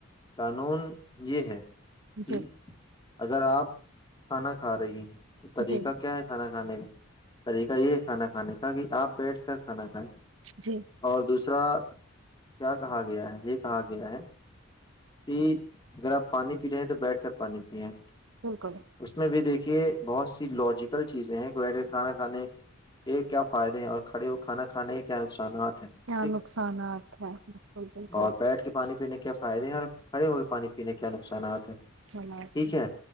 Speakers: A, on the left; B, on the right.
A: قانون یہ ہے <unintelligible>
B: جی
A: اگر آپ کھانا کھا رہی ہیں تو طریقہ
B: جی
A: کیا ہے کھانا کا کھانے کا طریقہ یہ ہے کھانا کھانے کا کہ آپ بیٹھ کر کھانا کھائیں
B: جی
A: اور دوسرے را کیا کہا گیا ہے یہ کہا گیا ہے کہ اگر آپ پانی پی رہے ہیں تو بیٹھ کر پانی پیے
B: بالکل
A: اس میں بھی دیکھ یہ بہت سی لاجیکل چیزیں ہیں کہ بیٹھ کے کھانا کھانے کے کیا فائدے ہیں اور کھڑے ہوئے کھانا کھانے کے کیا نقصانات ہیں
B: کیا
A: ٹھیک
B: نقصاناتت ہے بالکل بالکل
A: اور بیٹھ کے پانی پینے کے کیا فائے ہیںار کھے ہو گئے پانی پینے کیا نقصانات اچ
B: نقصانات
A: ٹھیک ہے